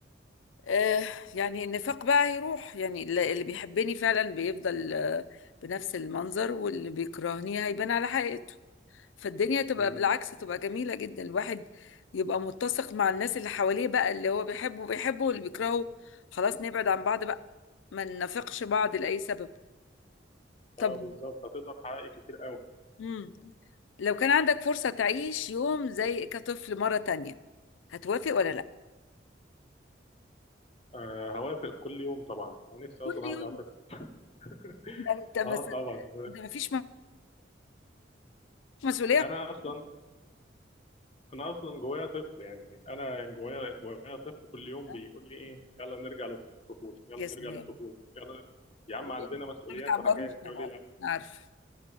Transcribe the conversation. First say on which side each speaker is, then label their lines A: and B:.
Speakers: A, on the left; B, on the left.
A: آه يعني النفاق بقى هيروح يعني الل- اللي بيحبني فعلا بيفضل آه بنفس المنظر واللي بيكرهني هيبان على حقيقته فالدنيا تبقى
B: مم.
A: بالعكس تبقى جميلة جدا الواحد يبقى متسق مع الناس اللي حواليه بقى اللي هو بيحبه بيحبه واللي بيكرهه خلاص نبعد عن بعض بقى ما ننافقش بعض لأي سبب طب
B: اه بالظبط هتقدر حقائق كتير قوي
A: مم. لو كان عندك فرصة تعيش يوم زي كطفل مرة تانية هتوافق ولا لا؟
B: آه هوافق كل يوم طبعا انا نفسي
A: كل
B: اصلا ارجع
A: يوم
B: طفل <laughs>
A: ده انت مثلا
B: اه طبعا
A: ده مفيش م- مسؤولية
B: انا اصلا انا اصلا جوايا طفل يعني انا جوايا جوايا طفل كل يوم
A: آه،
B: بيقول لي ايه يلا نرجع للطفوله يلا
A: يا سلام
B: نرجع للطفوله يلا يا عم
A: و-
B: عندنا مسؤوليات
A: ما بتعبروش
B: وحاجات
A: طبعا
B: يقول لي لا
A: عارف